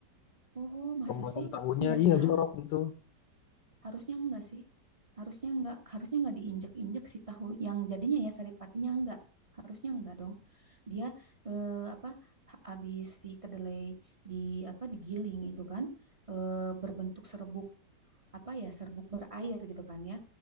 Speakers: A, on the right; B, on the left.
A: Oh, masa
B: pembuatan
A: sih?
B: tahunya
A: Enggak
B: iya
A: sih, ha-
B: jorok gitu.
A: harusnya enggak sih. Harusnya enggak, harusnya enggak diinjek-injek si tahu yang jadinya ya saripatinya enggak. Harusnya enggak dong. Dia eh, apa ha- habis si kedelai di apa digiling itu kan eh, berbentuk serbuk apa ya, serbuk berair gitu kan ya.